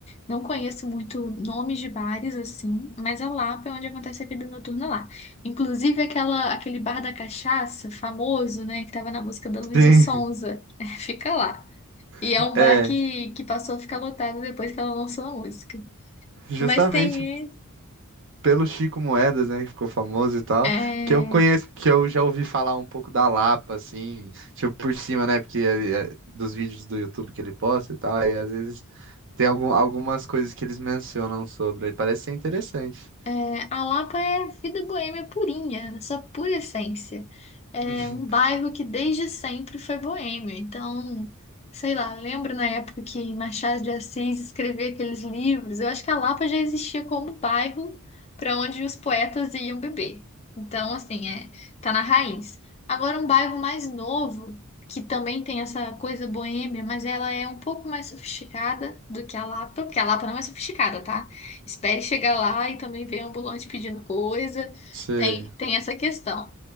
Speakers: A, on the left; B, on the right.
A: Não conheço muito nomes de bares assim, mas a Lapa é onde acontece a vida noturna lá. Inclusive aquela, aquele bar da cachaça famoso, né, que tava na música da Luísa
B: Sim,
A: Sonza, <laughs> fica lá. E
B: <laughs>
A: é um
B: é.
A: bar que, que passou a ficar lotado depois que ela lançou a música.
B: Justamente
A: Mas tem.
B: pelo Chico Moedas, né, que ficou famoso e tal,
A: É.
B: que eu conheço, que eu já ouvi falar um pouco da Lapa, assim, tipo por cima, né, porque é- é dos vídeos do YouTube que ele posta e tal, e às vezes tem algum, algumas coisas que eles mencionam sobre, aí parece ser interessante.
A: É, a Lapa é vida boêmia purinha, na sua pura essência. É
B: <laughs>
A: um bairro que desde sempre foi boêmio. Então, sei lá, lembro na época que Machado de Assis escrevia aqueles livros. Eu acho que a Lapa já existia como bairro para onde os poetas iam beber. Então, assim, é, tá na raiz. Agora, um bairro mais novo, que também tem essa coisa boêmia, mas ela é um pouco mais sofisticada do que a Lapa, porque a Lapa não é sofisticada, tá? Espere chegar lá e também ver ambulante pedindo coisa.
B: Sei.
A: Tem, tem essa questão.